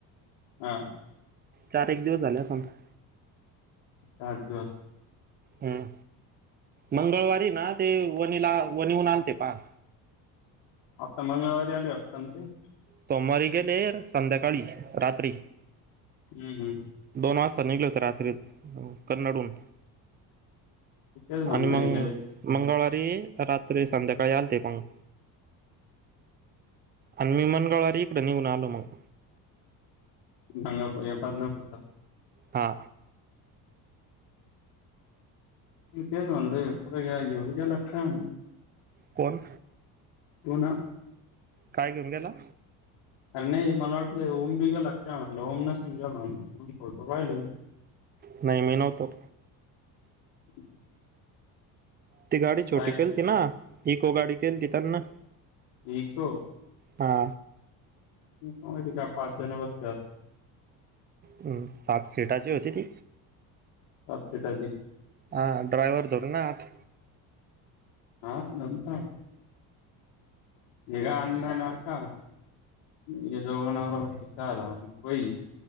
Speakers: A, on the left; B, on the right.
A: हा
B: चार एक दिवस झाले सताा
A: च दिवस
B: हम् मंगळवारी
A: हं.
B: ना ते वणीला वणीहन आणते पहा.
A: आता मंगळवारी आली असत ते
B: सोमवारी गेले संध्याकाळी रात्री
A: हम्म हम्म.
B: दोन वाजता निघले होते रात्री कन्नडून
A: तेच म्हणलंय
B: आणि मंग
A: गेले
B: मंगळवारी रात्री संध्याकाळी आल ते पग आणि मी मनगळवारी इकड निघून आलो मग
A: गंगा पा न फुटलं.
B: हा.
A: त ते म्हणलं पु घ घोरच्या लक्षा
B: कोण?
A: हो ना.
B: काय घेऊन गेला.
A: अरे नाही मला वाटलं ओम बि गेला का काय म्हटलं ओम नसन गेला मी फोटो पाहिले न
B: नाही मी नव्हतो.
A: <unintelligible>
B: ती गाडी छोटी
A: काय
B: केलती ना, इको गाडी केलीती त्यांना
A: इको
B: हा.
A: इको मध्ये का पाच जण बसले असतील.
B: हूं सात सिटाची होती ती.
A: पाच सीटाची
B: हा ड्रायवर धरून आठ.
A: हा नम का निघा अन्न नाष्टा. हे दोघं नवराबायको चार आणि वई